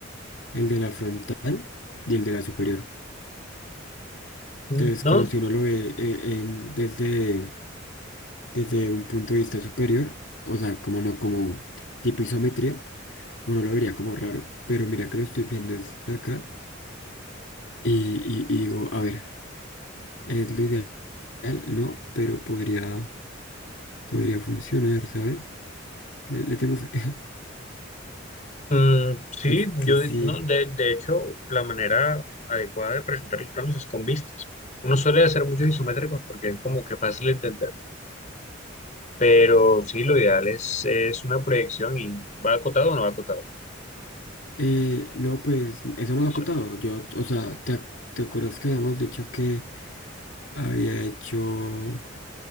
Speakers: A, on the left; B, on the left.
A: el de la frontal y el de la superior.
B: No
A: Entonces, como si uno lo ve eh, en- desde, desde un punto de vista superior, o sea, como no, como tipo isometría, uno lo vería como raro, pero mira que lo estoy viendo desde acá y, y- y digo, a ver, es lo ideal, no, pero podría, podría funcionar, ¿sabes? Le, le tengo fe. <laughs>
B: Mm, sí,
A: Es que
B: yo
A: sí.
B: no, de, de hecho, la manera adecuada de presentar los planos es con vistas. Uno suele hacer muchos isométricos porque es como que fácil de entender, pero sí, lo ideal es, es una proyección y va acotado o no va acotado.
A: Eh, no, pues eso no
B: Eso.
A: ha acotado. Yo, o sea, ¿te, ac- te acuerdas que habíamos dicho que había hecho.